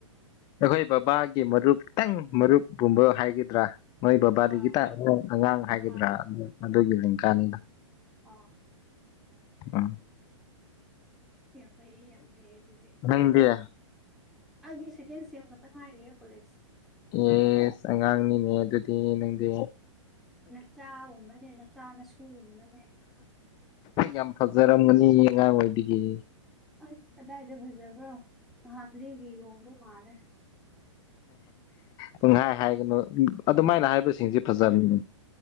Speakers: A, on the left; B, in the centre.
A: ꯑꯩꯈꯣꯏ ꯕꯕꯥꯒꯤ ꯃꯔꯨꯞꯇꯪ ꯃꯔꯨꯞꯀꯨꯝꯕ ꯍꯥꯏꯒꯗ꯭ꯔꯥ ꯅꯣꯏ ꯕꯕꯥꯗꯒꯤ
B: ꯍꯣꯏ
A: ꯈꯤꯇꯪ ꯑꯉꯥꯡ ꯑꯉꯥꯡ ꯍꯥꯏꯒꯗ꯭ꯔꯥ
B: ꯑꯥ
A: ꯑꯗꯨ ꯑꯗꯨꯒꯤ ꯂꯦꯡꯀꯥꯅꯤꯗ
B: ꯑꯣ
A: ꯎꯝ
B: ꯌꯥꯝ ꯐꯩꯌꯦ ꯌꯥꯝ ꯐꯩꯌꯦ ꯑꯗꯨꯗꯤ
A: ꯅꯪꯗꯤ
B: ꯑꯩꯗꯤ ꯁꯦꯀꯦꯟ ꯁꯦꯝ ꯈꯛꯇ ꯉꯥꯏꯔꯤꯌꯦ ꯀꯣꯂꯦꯖ
A: ꯑꯦꯁ ꯑꯉꯥꯡꯅꯤꯅꯦ ꯑꯗꯨꯗꯤ ꯅꯪꯗꯤ
B: ꯆꯥ ꯒꯨꯝꯕꯅꯦ ꯅꯆꯥ ꯅꯁꯨ ꯒꯨꯝꯕꯅꯦ
A: ꯌꯥꯝ ꯐꯖꯔꯝꯃꯥꯅꯤ ꯑꯉꯥꯡ ꯑꯣꯏꯕꯒꯤ
B: ꯑꯁ ꯀꯗꯥꯏꯗ ꯐꯖꯕ꯭ꯔꯣ ꯃꯍꯥꯕꯥꯂꯤ ꯒꯤ ꯌꯣꯡꯗꯣ ꯃꯥꯜꯂꯦ
A: ꯄꯨꯡꯍꯥꯏ ꯍꯥꯏꯒꯅꯨ ꯑꯗꯨꯃꯥꯏꯅ ꯍꯥꯏ ꯍꯥꯏꯕꯥ
B: ꯁꯦꯡꯕꯅꯦ
A: ꯁꯤꯡꯁꯦ ꯐꯖꯕꯅꯦ